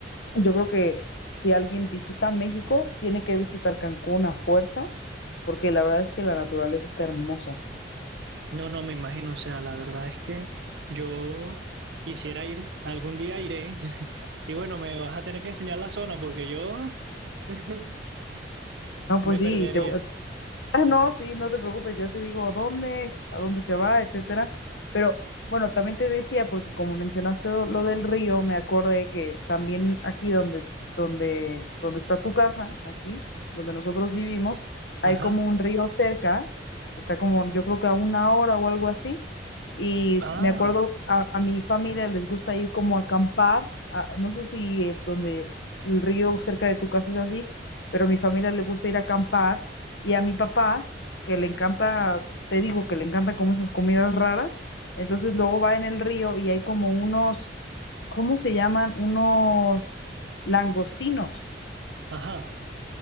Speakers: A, on the left (about 70°); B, on the right (about 75°).
A: yo creo que si alguien visita México, tiene que visitar Cancún a fuerza, porque la verdad es que la naturaleza está hermosa.
B: No, no, me imagino. O sea, la verdad es que yo quisiera ir, algún día iré. <laughs> Y bueno, me vas a tener que enseñar la zona porque yo <laughs>
A: No, pues
B: me perdería.
A: sí, te, Ah, no, sí, no te preocupes, yo te digo a dónde, a dónde se va, etcétera. Pero bueno, también te decía, porque como mencionaste lo lo del río, me acordé que también aquí donde, donde, donde está tu casa, aquí, donde nosotros vivimos, hay
B: Ajá.
A: como un río cerca, que está como, yo creo que a una hora o algo así. Y
B: Ah,
A: me acuerdo, a, a mi familia les gusta ir como a acampar, a- no sé si eh, donde el río cerca de tu casa es así, pero a mi familia le gusta ir a acampar y a mi papá, que le encanta, te digo que le encanta como esas comidas raras, entonces luego va en el río y hay como unos, ¿cómo se llaman? Unos langostinos.
B: ajá.